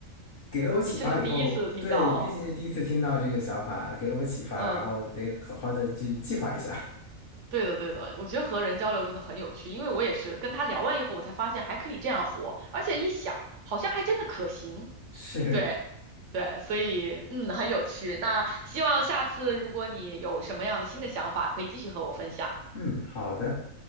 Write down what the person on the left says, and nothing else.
给了我启发以后，
对，毕竟是第一次听到这个想法，给了我启发，
然后得好好的去计划一下。
<laughs> 是，
嗯，好的，